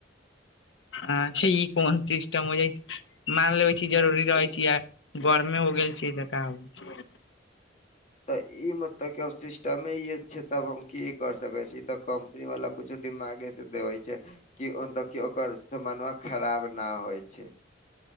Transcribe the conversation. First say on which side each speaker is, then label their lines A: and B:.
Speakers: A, on the left; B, on the left.
A: आ छी ई कोन सिस्टम हो जाइ छै, मान लेबै छी जरूरी रहै
B: उ
A: छी आ परमे हो गेल छि बेकार
B: त ई मतलब कि अब सिस्टमे इहे छै तब हम की कर सकै छी ई त कम री बला कुछो दिमागे से देबै छै। कि ओनकर की ओकर समन्मा खराब न होइ छै।